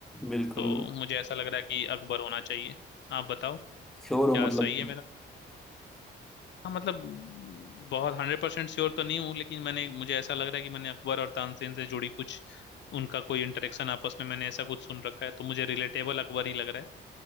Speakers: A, in the centre; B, on the left.
A: बिल्कुल
B: तो मुझे ऐसा लग रहा है कि अकबर होना चाहिए आप बताओ
A: श्योर हो
B: क्या
A: मतलब
B: सही है मेरा हाँ मतलब बहुत हंड्रेड परसेंट श्योर तो नहीं हूँ लेकिन मैंने मुझे ऐसा लग रहा है कि मैंने अकबर और तानसेन से जुड़ी कुछ उनका कोई इंटरेक्शन आपस में मैंने ऐसा कुछ सुन रखा है तो मुझे रिलेटेबल अकबर ही लग रहा